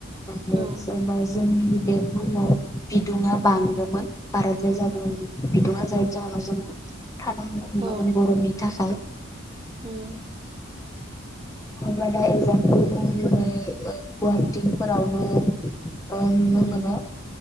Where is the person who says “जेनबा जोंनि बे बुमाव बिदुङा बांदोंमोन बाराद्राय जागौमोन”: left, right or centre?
Left